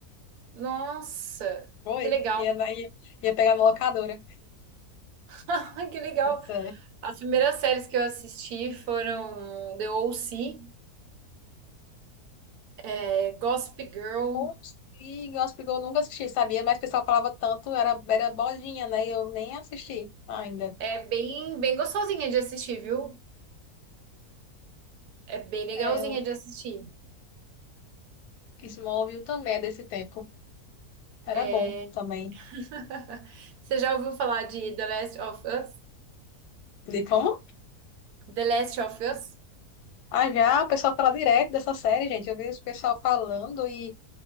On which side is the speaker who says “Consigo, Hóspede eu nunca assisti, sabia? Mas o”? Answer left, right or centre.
Left